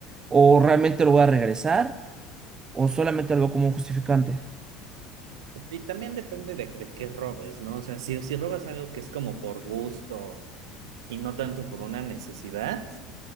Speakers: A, on the right; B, on the right.
A: o realmente lo voy a regresar, o solamente algo como un justificante.
B: Y también depende de, de qué robes, ¿no? O sea, si, si robas algo que es como por gusto y no tanto por una necesidad,